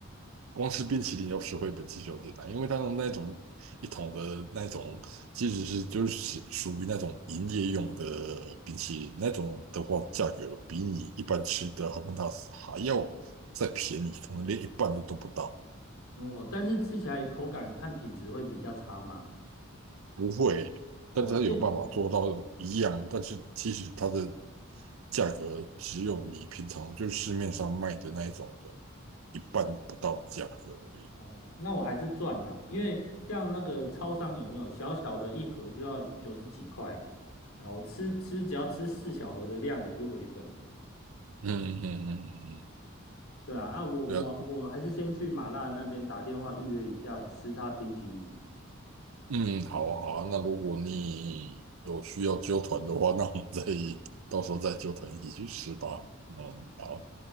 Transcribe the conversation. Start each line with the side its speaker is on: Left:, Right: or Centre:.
Right: 光吃冰淇淋要吃回本其实有点难，因为它的那种一桶的那种，其实是就是属于那种营业用的冰淇淋，那种的话价格比你一般吃的哈根达斯还要再便宜，可能连一半都都不到。
Left: 哦，但是吃起来口感和品质会比较差嘛。
Right: 不会，
Left: 哦，
Right: 但是它有办法做到一样，
Left: 这嗯
Right: 但是其实它的价格只有你平常就市面上卖的那一种的一半不到的价格而已。
Left: 哦，那我还是赚啦，因为像那个超商有没有小小的一盒就要九十几块啊，然后吃吃只要吃四小盒的量我就回本了。
Right: 嗯嗯嗯嗯嗯，
Left: 对啊，啊，我我我还是先去麻辣那边打电话预约一下吃他冰淇淋。
Right: 对啊，嗯，嗯好啊好啊，那如果你有需要揪团的话，那我们再到时候再揪团一起去吃吧。嗯，好。